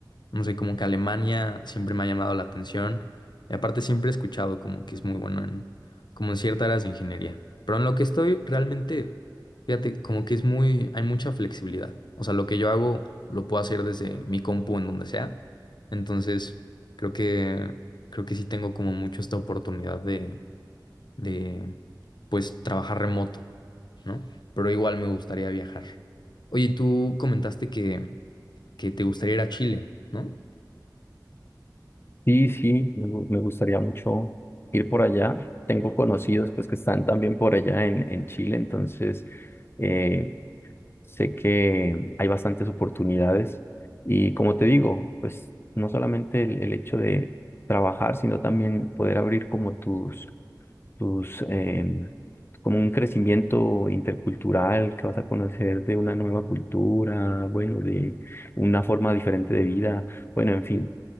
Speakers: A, on the left (about 80°); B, on the left (about 30°).
A: No sé, como que Alemania siempre me ha llamado la atención. Y aparte siempre he escuchado como que es muy bueno en como en ciertas áreas de ingeniería. Pero en lo que estoy realmente, fíjate, como que es muy, hay mucha flexibilidad. O sea, lo que yo hago lo puedo hacer desde mi compu en donde sea. Entonces, creo que creo que sí tengo como mucho esta oportunidad de de pues trabajar remoto, ¿no? Pero igual me gustaría viajar. Oye, tú comentaste que, que te gustaría ir a Chile, ¿no?
B: Sí, sí, me, gu- me gustaría mucho ir por allá. Tengo conocidos pues que están también por allá en, en Chile, entonces eh, sé que hay bastantes oportunidades. Y como te digo, pues no solamente el, el hecho de trabajar, sino también poder abrir como tus tus, em, como un crecimiento intercultural, que vas a conocer de una nueva cultura, bueno, de una forma diferente de vida, bueno, en fin.
A: Sí.